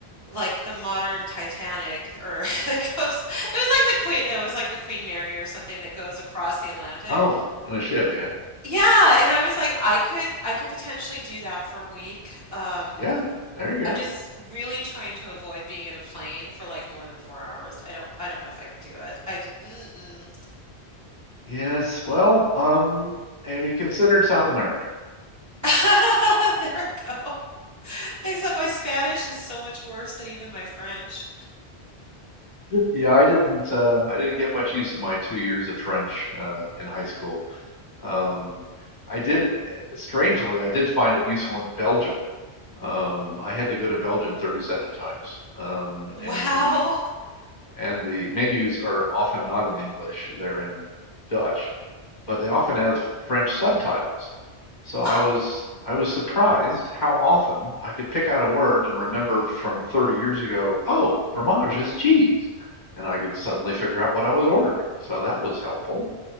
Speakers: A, on the right; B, on the left.
A: like the modern Titanic or <laughs> it goes it was like the Queen no, it was like the Queen Mary or something that goes across the Atlantic.
B: Oh, on a ship, yeah,
A: Yeah, and I was like I could I could potentially do that for a week. Um
B: yeah. There you go.
A: I'm just really trying to avoid being in a plane for like more than four hours. I don't I don't know if I could do it. I just mm-mm.
B: Yes. Well, um, have you considered South America?
A: <laughs> There I go. Except my Spanish is so much worse than even my French.
B: Yeah, I didn't uh, I didn't get much use of my two years of French uh, in high school. Um, I did, eh, strangely, I did find it useful in Belgium. Um, I had to go to Belgium 37 times, um,
A: Wow.
B: and the
A: <laughs>
B: and the menus are often not in English, they're in Dutch, but they often have French subtitles. So I
A: Oh,
B: was I was surprised how often I could pick out a word and remember from 30 years ago, oh, fromage is cheese, and I could suddenly figure out what I was ordering. So that was helpful.